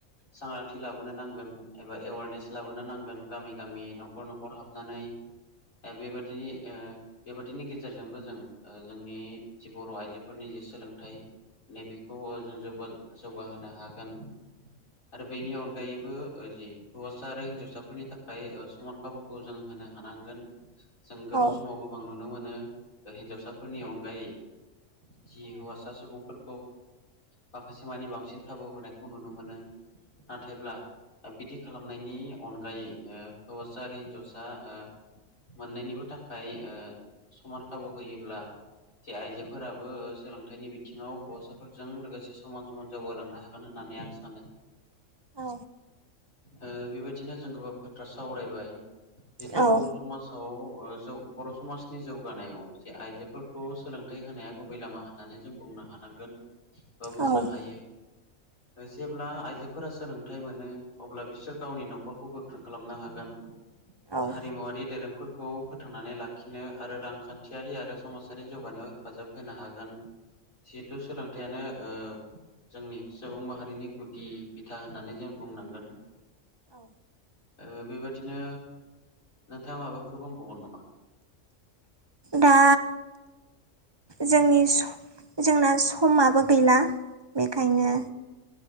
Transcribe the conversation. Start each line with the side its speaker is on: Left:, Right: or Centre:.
Left: सांग्रांथि लाबोनो नांगोन एबा एवारनेस लाबोनो नांगोन गामि गामि न'खर न'खर हाबनानै।
Right: <inaudible>
Left: बेबायदिनि ओ बेबादिनि गेजेरजोंबो जों ओ जोंनि जि बर' आइजोफोरनि जि सो सोलोंथाइ नैबेखौ ओ जों जौगाहोनो हागोन। आरो बेनि अनगायैबो ओ जि हौवासा आरो हिन्जावसाफोरनि ओ थाखाय समान खाबुखौ जों होनो हानांगोन। जों गोबां
Right: औ
Left: समाव गोबां नुनो मोनो हिन्जावसाफोरनि अनगायै जि हौवासा सुबुंफोर
Right: <inaudible>
Left: माखासे मानि बांसिन खाबु होनायखौ नुनो मोनो नाथायब्ला दा बिदि खालामनायनि अनगायै हौवासा आरो हिन्जावसा ओ मोननायनिबो थाखाय ओ समान खाबु होयोब्ला जे आइजोफोराबो सोलोंथाइनि बिथिङाव हौवासाफोरजों लोगोसे समान समान जौगालांनो हागोन होनना होनानै आं सानो।
Right: औ
Left: बेबायदिनो जों गोबां बाथ्रा सावरायबाय जिथु
Right: औ औ
Left: बर' समाजाव ओ जौ बर' समाजनि जौगानायाव जे आइजोफोरखौ सोलोंथाइ होनाया गुबै लामा होननानै जों बुङो नो हानांगोन। बा बुंनो
Right: औ
Left: हायो जेब्ला आइजोफोरा सोलोंथाइ मोनो अब्ला बिसोर गावनि न'खरखौ गोख्रों खालामनो हागोन
Right: औ
Left: हारिमुवारि दोरोंफोर खौ फोथांनानै लाखिनो आरो रांखान्थियारि आरो समाजारि जौगानायाव हेफाजाब होनो हागोन। जिहेथु सोलोंथाइयानो ओ जोंनि सुबुं माहारिनि गुदि बिथा होननानै जों बुंनांगोन
Right: औ
Left: ओ बेबादिनो नोंथाङा माबाफोर बुंबावमोन नामा?
Right: दा जोंनि स जोंना समाबो गैला। बेखायनो
Left: औ